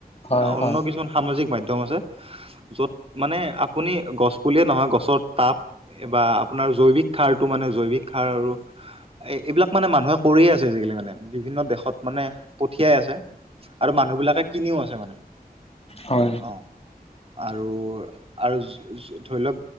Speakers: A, on the left; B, on the right.
A: হয় হয়
B: অন্য কিছুমান সামাজিক মাধ্যম আছে। য'ত মানে আপুনি গছ পুলিয়ে নহয় গছৰ তাপ। এই বা আপোনাৰ জৈৱিক সাৰতটো মানে জৈৱিক সাৰ আৰু। এ এইবিলাক মানে মানুহে কৰিয়ে আছে আজিকালি মানে বিভিন্ন দেশত মানে পঠিয়াই আছে। আৰু মানুহ বিলাকে কিনিও আছে মানে।
A: হয়।
B: অঁ আৰু আৰু। ধৰি লওক